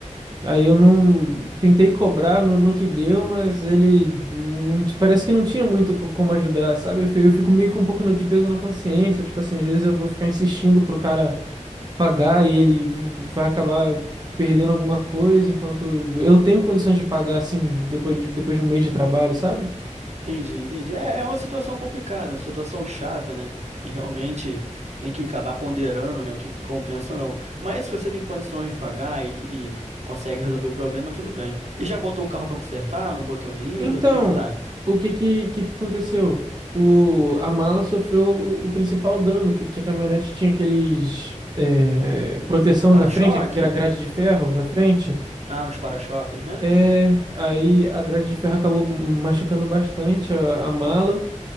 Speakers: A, on the right; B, on the right.
A: Aí eu não tentei cobrar no, no que deu, mas ele não, não- parece que não tinha muito co- como ajudar, sabe? Eu, fi- eu fico meio com um pouco no- de peso na consciência, tipo assim, às vezes eu vou ficar insistindo pro cara pagar e ele vai acabar perdendo alguma coisa enquanto eu, eu tenho condições de pagar assim depois de, depois de um mês de trabalho, sabe?
B: Entendi, entendi. É, é uma situação complicada, uma situação chata, né? E realmente tem que acabar ponderando, né, o que compensa ou não. Mas se você tem condições de pagar e, e consegue resolver o problema, tudo bem. E já botou o carro pra consertar? Não botou ainda?
A: Então,
B: Como é que tá?
A: o que que, que, que aconteceu? O, a mala sofreu o, o principal dano, que, que a caminhonete tinha aqueles é, proteção
B: Para-choque?
A: na frente, gra- grade de ferro na frente.
B: Ah, nos para-choques, né?
A: É, aí a grade de ferro acabou machucando bastante a a mala.